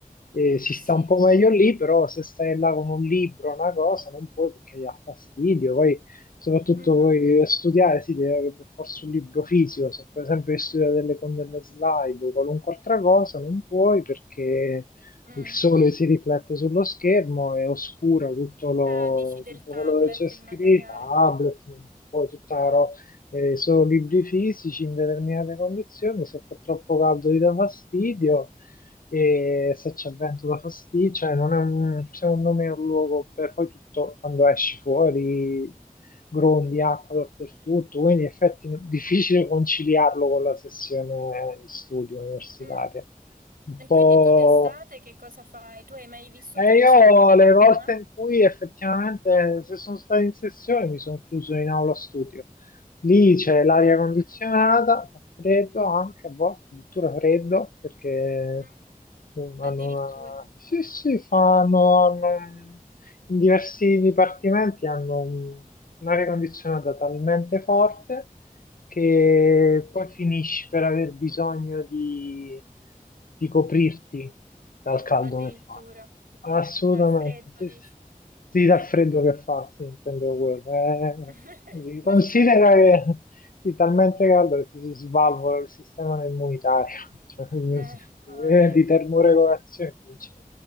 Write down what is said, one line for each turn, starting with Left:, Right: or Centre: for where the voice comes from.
Left: eh, si
Right: Sì,
Left: sta un po' meglio lì, però se stai là con un libro, una cosa, non puoi perché gli ha fastidio, poi soprattutto
Right: Mhm.
Left: voi studiare si deve avere per forza un libro fisico, se per esempio devi studiare delle condanne slide o qualunque altra cosa non puoi perché
Right: Mm.
Left: il sole si riflette sullo schermo e oscura tutto, lo-
Right: Ah, dici del
Left: tutto
Right: tablet,
Left: quello che c'è scritto,
Right: il materiale.
Left: tablet, non puoi tutta la ro- eh, solo libri fisici in determinate condizioni, se fa troppo caldo ti dà fastidio e se c'è vento da fastidio, cioè non è un, secondo me è un luogo per poi tutto quando esci fuori grondie, acqua dappertutto, quindi in effetti è difficile conciliarlo con la sessione di studio universitaria.
Right: Mm. Mm.
Left: Un
Right: E
Left: po'
Right: quindi tu d'estate che cosa fai? Tu hai mai vissuto
Left: E
Right: l'estate
Left: io
Right: a
Left: le volte
Right: Roma?
Left: in cui effettivamente, se sono stato in sessione, mi sono chiuso in aula studio. Lì c'è l'aria
Right: Ah,
Left: condizionata, fa freddo anche, a volte addirittura freddo, perché
Right: Mm.
Left: uh, hanno
Right: Addirittura.
Left: una... Sì, sì, fanno... hanno- un- In diversi dipartimenti hanno un- un'aria condizionata talmente forte che
Right: Mm.
Left: poi finisci per aver bisogno di, di coprirti dal caldo
Right: Addirittura.
Left: che fa. Assolutamente,
Right: Dal freddo,
Left: sì,
Right: dici.
Left: sì. Sì, dal
Right: Mm-mm.
Left: freddo che fa, sì, intendevo quello. Eh,
Right: <laughs>
Left: sì, considera
Right: Dal caldo. che-
Left: che sì, talmente caldo che ti si svalvola il sistema immunitario, <laughs> cioè,
Right: Eh, mamma
Left: eh,
Right: mia,
Left: di termoregolazione. non c'è.